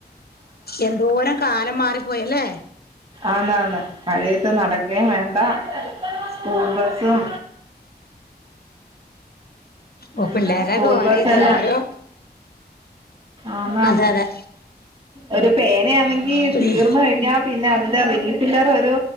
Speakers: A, on the left; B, on the right.
A: എന്തോരം കാലം മാറിപ്പോയല്ലേ
B: ആന്നാന്ന് മഴയത്ത് നടക്കേം വേണ്ട സ്കൂൾ ബസ്സും
A: ഓ
B: ഉം
A: പിള്ളേര്ടെ
B: സ്കൂൾ
A: ഒക്കെ ഓരോ
B: ബസ്സെല്ലാം
A: ഇത് ഓരോ
B: ആന്നാന്നു
A: അതെ അതെ
B: ഒരു പേനയാന്നെങ്കി
A: പിള്ളേ
B: തീർന്ന് കഴിഞ്ഞാ പിന്നെ അതിന്റെ റീഫില്ലർ ഒരു